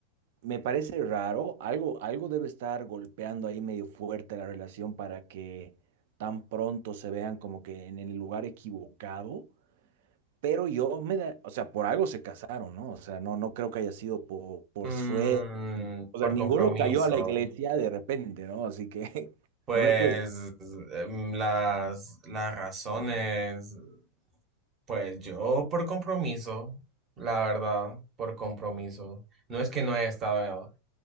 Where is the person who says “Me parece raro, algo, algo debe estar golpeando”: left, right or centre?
Right